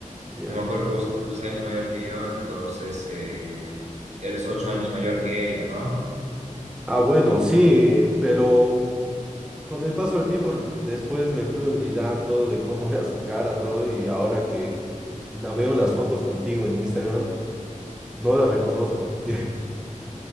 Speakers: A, in the centre; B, on the right.
A: ya.
B: yo me acuerdo que vos eres tres años mayor que yo, entonces eh, eres ocho años mayor que ella, ¿no?
A: Ah, bueno, sí, pero con el paso del tiempo después me fui olvidando de cómo <laughs> era su cara, todo, y ahora que la veo en las fotos contigo en Instagram, no la reconozco. <laughs>